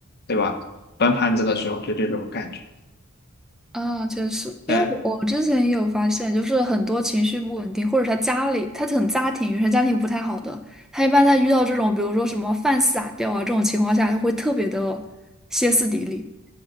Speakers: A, on the left; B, in the centre.
A: 对吧？端盘子的时候就这种感觉，
B: 啊，确实，因为我我之前也有发现，
A: 对
B: 就是很多情绪不稳定，或者他家里他很家庭原生家庭不太好的，他一般在遇到这种比如说什么饭撒掉啊这种情况下，他会特别的歇斯底里。